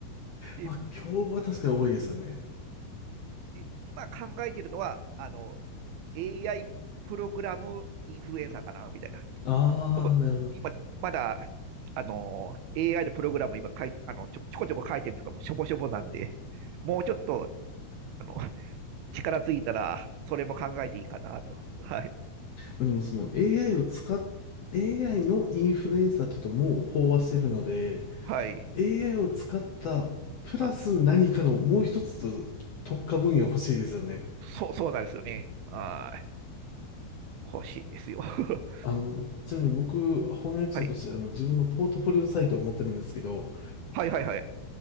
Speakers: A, on the right; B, on the left.
A: で、
B: まあ、
A: う
B: 競合は確かに多いですよね。
A: んで今考えてるのは、あの、AI プログラムインフルエンサーかな、みたいな。
B: ああ、
A: でも今、
B: なるほど。ま
A: まだ、あの、AI のプログラム今書い、あの、ちょ、ちょこちょこ書いてるとか、もうしょぼしょぼなんで、もうちょっと、あの、力ついたら、それも考えていいかなと。はい。
B: あでもその AI を使っ AI のインフルエンサーっていうともう飽和してるので、
A: はい。
B: AI を使った、プラス何かのもう一つ特化分野欲しいですよね。
A: うん。そう、そうなんですよね。はい。欲しいんですよ。<laughs>
B: あの、ちなみに僕、翻訳者としてあの自分のポートフォリオサイトを持ってるんですけど、
A: はい。はいはいはい。